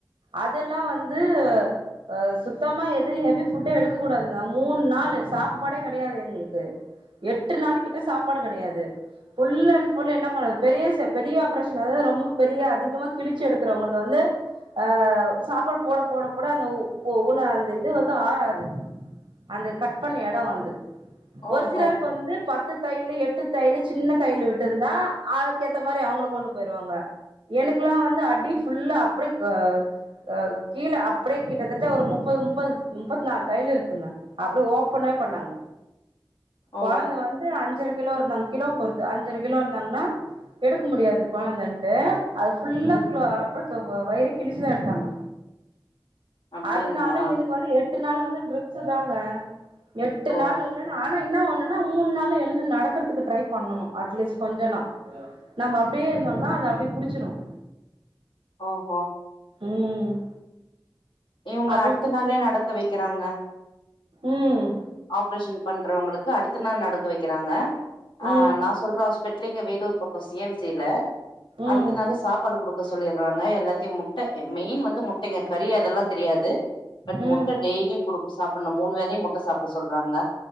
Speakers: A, on the right; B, on the left.
A: அதெல்லா வந்து அ சுத்தமா எதயூ ஹெவி ஃபுட்டே எடுக்க கூடாதுங்க மூண் நாளு சாப்பாடே கெடயாது எங்களுக்கு எட்டு நாள் கிட்ட சாப்பாடு கெடயாது ஃபுல் அண்ட் ஃபுல் என்ன பண்ணத் பெரியசு பெரிய ஆப்ரேஷன் அதாவது ரொம்ப பெரிய அதிகமா கிழிச்சு எடுக்கறவங்களுக்கு வந்து அ சாப்பாடு போட போட போட அந்த ஊன அந்த இது வந்து ஆறாது அந்த கட் பண்ண எடோ வந்து
B: ஓஹோ!
A: ஒரு சிலருக்கு வந்து பத்து தையலு எட்டு தையலு சின்ன தையலு விட்டு இருந்தா அதுக்கேத்த மாரி அவுங்கள கொண்டு போயிரு வாங்க எனக்கெல்லா வந்து அடி ஃபுல்ல அப்டி க அ கீழே அப்டியே கிட்டத்தட்ட ஒரு முப்பது முப்பது முப்பத்தி நால் தையலு இருக்குங்க அப்டிய ஓப்பனே பண்ணாங்க
B: ஓ!
A: கொழந்த வந் அப்பவே அஞ்சரை கிலோ இருந்தாங் கிலோ பொறுத்து அஞ்சரை கிலோ இருந்தாங்கன்னா எடுக்க முடியாது கொழந்தன்ட்டு அத ஃபுல்லா
B: ம்.
A: களே அப்ப வயிறூ கிழிச்சு தா எடுத்தாங்க
B: அப்டிங்களா?
A: அதுனால எனக்கு வந்து எட்டு நாள் வந்து ட்ரிப்ஸ் தாங்க எட்டு
B: ஓ!
A: நாள் இல்லன்ன ‌ஆட் ஆன என்ன ஒண்ணுன்னா மூண் நாள்ல எழுந்து நடக்கறதுக்கு ட்ரை பண்ணனோ அட்லீஸ்ட் கொஞ்ச நா நாமே அப்டியே இருந்தோன்னா அது அப்டியே புடுச்சுடும்
B: ஒ ஓ
A: ம்
B: இவுங்க
A: அப்டியே
B: அடுத்த
A: புடிச்சு
B: நாளே நடக்க வெக்கிறாங்க
A: ம்
B: ஆப்ரேஷன் பண்றவங்களுக்கு அடுத்த நாள் நடக்க வைக்கிறாங்க ஆ
A: ம்
B: நா சொல்ற ஹாஸ்பிட்டல் இங்க வேலூர் பக்கம் சி எம் சில
A: ம்
B: அடுத்த நாள் சாப்பாடு குடுக்க சொல்லிற்றாங்க எல்லாத்தையூ முட்ட மெயின் வந்து முட்டைங்க கறி அதெல்லா தெரியாது பட்
A: ம்
B: முட்ட டெய்லியூ குடுக் சாப்பட்ணோ மூண் வேலயூ முட்ட சாப்புட சொல்றாங்க